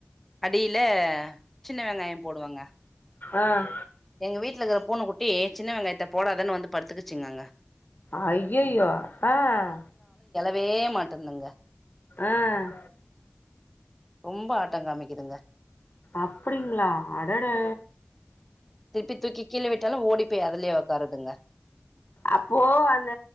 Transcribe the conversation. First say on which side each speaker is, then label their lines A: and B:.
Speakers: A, in the centre; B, on the left.
A: அடில ஹ சின்ன வெங்காயம் போடுவங்க
B: ஆஹ்
A: எங்க வீட்டுலிருக்கற பூனக் குட்டி சின்ன வெங்காயத்த போடாதேன்னு வந்து படுத்து இந்தாங்க
B: அய்யய்யோ ஆஹ்
A: வே மாட்டேந்துங்க
B: ஆஹ்
A: ரொம்ப ஆட்டங்காமிக்குதுங்க
B: அப்டிங்ளா அடடா
A: திருப்பி தூக்கி கீழ விட்டாலு ஓடி ப்போய் அதுலயே உட்க்காருதுங்க
B: அப்போ அந்த